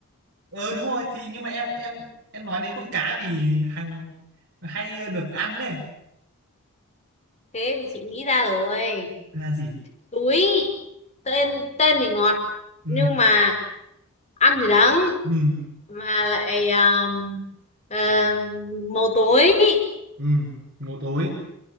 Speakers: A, on the right; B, on the left.
A: ờ đúng rồi thì nhưng mà em em em nói đến con cá vì hàng hay được ăn này
B: Thế thì chị nghĩ ra rồi.
A: là gì
B: Túi tên tên thì ngọt
A: ừ
B: nhưng mà ăn thì đắng
A: ừ
B: mà lại um, um, màu tối
A: ừ ngô tối